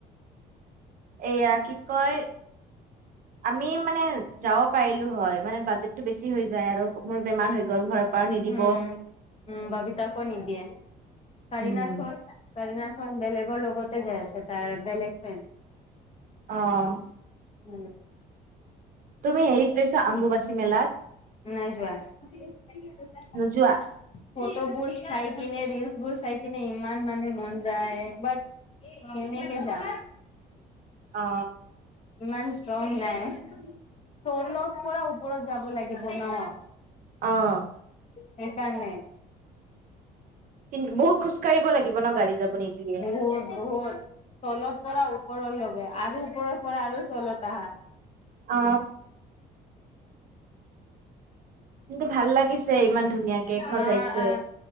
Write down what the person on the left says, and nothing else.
উম উম বাবিতাকো নিদিয়ে কাৰিনাচোন
কাৰিনাচোন বেলেগৰ লগতে যাই আছে তাৰ বেলেগ ফ্ৰেণ্ড
উম
নাই যোৱা ফটোবোৰ
চাই কিনে ৰীলচ বোৰ চাই কিনে ইমান মানে মন যায় বাট কেনেকে যাম
ইমান ষ্ট্ৰং নাই তলত পৰা ওপৰত যাব লাগিব ন
সেইকাৰণে
বহুত বহুত তলত পৰা ওপৰৰ লগে আৰু ওপৰৰ পৰা আৰু তলত আহা
আহ আহ